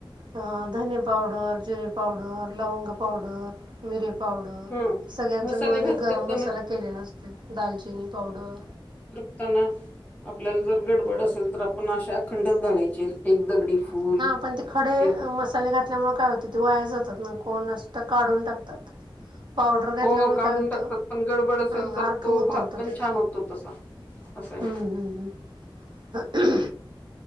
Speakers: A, on the right (about 60°); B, on the left (about 20°).
A: अ धने पावडर, जिरे पावडर, लवंग पावडर, मिरे पावडर
B: हां.
A: सगळ्यांचा
B: मसाले
A: मिळून
B: भात
A: एक गरम
B: करताना
A: मसाला केलेला असते दालचिनी पावडर,
B: त्यांना आपल्याला जर गडबड असेल तर आपण अशीअखंडच घालायची एक दगडी फूल,
A: हा पण ते खडे
B: एक
A: मसाले घातल्यामुळे काय होत ते वाया जातात न.... कोणात काढून टाकतात.... पावडर घातल्यामुळे
B: हो काढून
A: काय होतं
B: टाकतात पण गडबड असेल
A: अ,
B: तर
A: अर्क
B: तो
A: उतरतो
B: भात पण
A: त्याचा
B: छान होतो तसा.... अस हाय.....
A: हम्म हम्म हम्म.